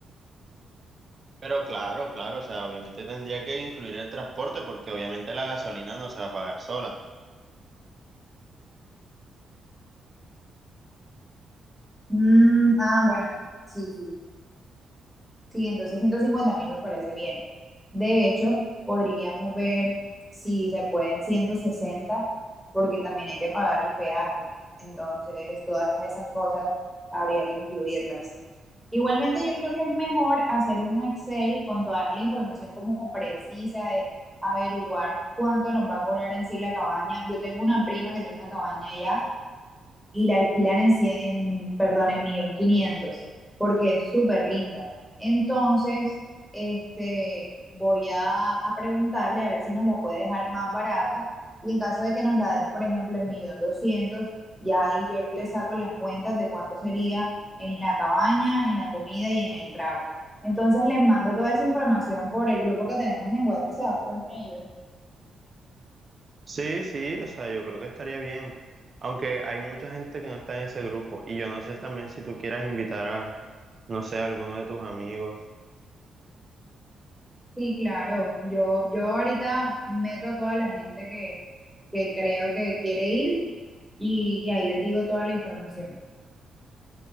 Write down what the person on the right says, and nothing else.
Pero claro, claro, o sea, obviamente tendría que incluir el transporte porque obviamente la gasolina no se va a pagar sola.
Sí, sí, o sea, yo creo que estaría bien. Aunque hay mucha gente que no está en ese grupo y yo no sé también si tú quieras invitar a, no sé, a alguno de tus amigos.